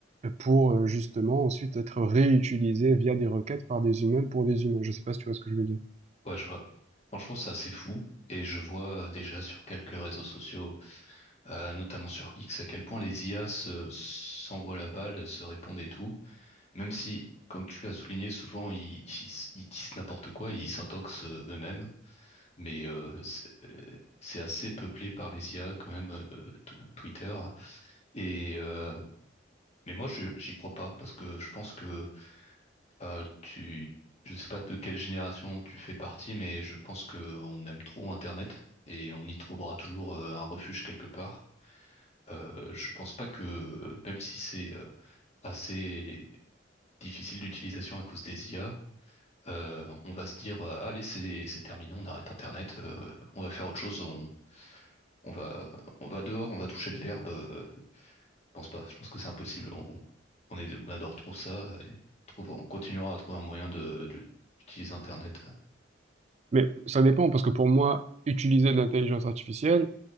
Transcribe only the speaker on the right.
pour euh, justement ensuite être réutilisé via des requêtes par des humains pour des humains. Je sais pas si tu vois ce que je veux dire.
Mais ça dépend, parce que pour moi, utiliser de l'intelligence artificielle,